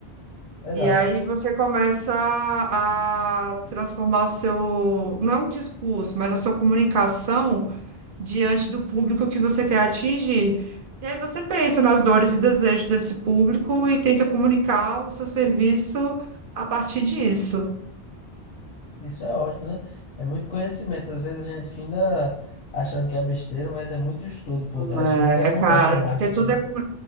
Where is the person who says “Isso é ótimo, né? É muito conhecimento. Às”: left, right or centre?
Left